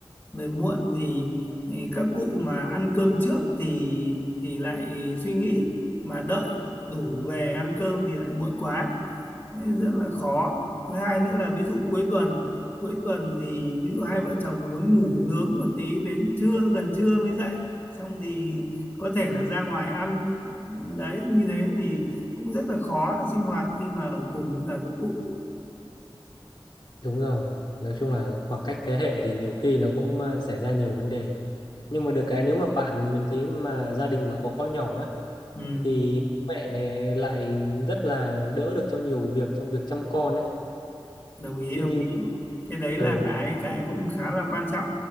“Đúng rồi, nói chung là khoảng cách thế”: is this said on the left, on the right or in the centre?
Left